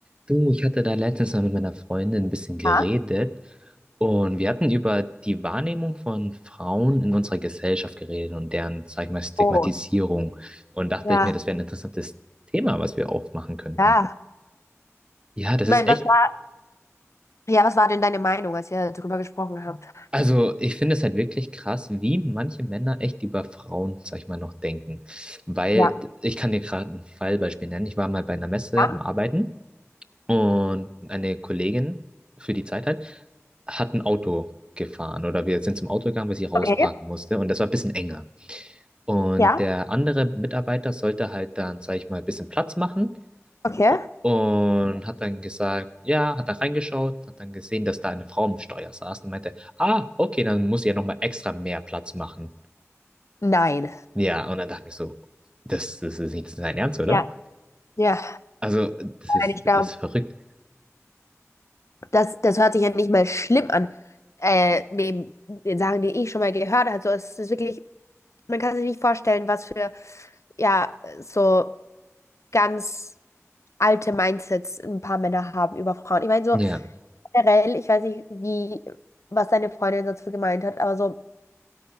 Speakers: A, on the right (about 20°); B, on the left (about 65°).
A: Du, ich hatte da letztens mal mit meiner Freundin ein bisschen geredet
B: Ja.
A: und wir hatten über die Wahrnehmung von Frauen in unserer Gesellschaft geredet und deren, sag ich mal, Stigmatisierung.
B: Oh,
A: Und dachte
B: ja,
A: ich mir, das wäre ein interessantes Thema, was wir aufmachen könnten.
B: ja.
A: Ja, das
B: Ich
A: ist
B: meine,
A: echt,
B: was war, ja, was war denn deine Meinung, als ihr darüber gesprochen habt?
A: also ich finde es halt wirklich krass, wie manche Männer echt über Frauen, sag ich mal, noch denken. Weil
B: Ja.
A: ich kann dir gerade ein Fallbeispiel nennen. Ich war mal bei einer Messe
B: Ja,
A: am Arbeiten. Und eine Kollegin für die Zeit halt, hat ein Auto gefahren oder wir sind zum Auto gegangen, weil sie rausparken
B: okay.
A: musste und das war ein bisschen enger. Und
B: Ja,
A: der andere Mitarbeiter sollte halt dann, sag ich mal, ein bisschen Platz machen
B: okay.
A: und hat dann gesagt, ja, hat dann reingeschaut, hat dann gesehen, dass da eine Frau am Steuer saß und meinte, ah, okay, dann muss ich ja nochmal extra mehr Platz machen.
B: Nein.
A: Ja, und dann dachte ich so, das, das ist nicht sein Ernst, oder?
B: Ja. Ja.
A: Also, das ist,
B: Nein, ich glaube,
A: das ist verrückt.
B: das, das hört sich ja nicht mal schlimm an, äh, neben den Sachen, die ich schon mal gehört habe. So, es ist wirklich, man kann sich nicht vorstellen, was für, ja, so ganz alte Mindsets ein paar Männer haben über Frauen. Ich meine, so
A: Ja.
B: generell, ich weiß nicht, wie, was deine Freundin dazu gemeint hat, aber so,